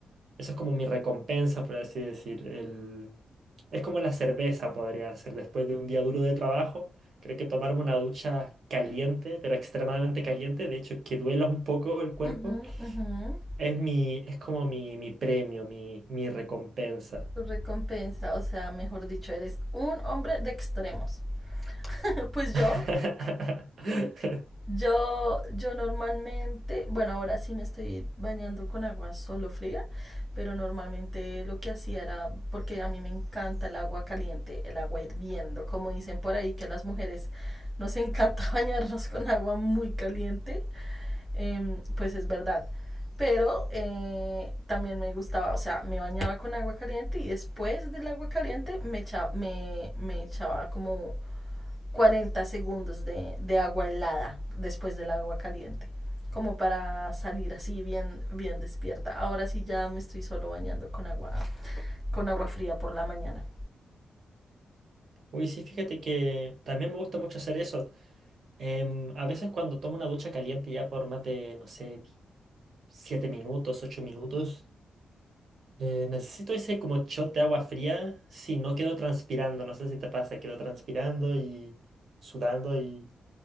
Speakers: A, on the right (about 60°); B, on the right (about 25°).
A: Eso es como mi recompensa, por así decir. El... Es como la cerveza podría ser después de un día duro de trabajo. Creo que tomarme una ducha caliente, pero extremadamente caliente, de hecho que duela un poco el cuerpo,
B: Ujú, ujú.
A: es mi, es como mi, mi premio, mi, mi recompensa.
B: Tu Recompensa, o sea, mejor dicho, eres un hombre de extremos. <laughs> Pues
A: <laughs>
B: yo, Yo, yo normalmente, bueno, ahora sí me estoy bañando con agua solo fría, pero normalmente lo que hacía era, porque a mí me encanta el agua caliente, el agua hirviendo, como dicen por ahí, que a las mujeres nos encanta <laughs> bañarnos con agua muy caliente, em, pues es verdad. Pero eh, también me gustaba, o sea, me bañaba con agua caliente y después del agua caliente me echa- me, me echaba como 40 segundos de, de agua helada después del agua caliente, como para salir así bien, bien despierta. Ahora sí ya me estoy solo bañando con agua, con agua fría por la mañana.
A: Uy, sí, fíjate que también me gusta mucho hacer eso. Em, a veces cuando tomo una ducha caliente ya por más de, no sé, 7 minutos, 8 minutos. Eh, necesito ese como shot de agua fría, si no quedo transpirando, no sé si te pasa, quedo transpirando y sudando y,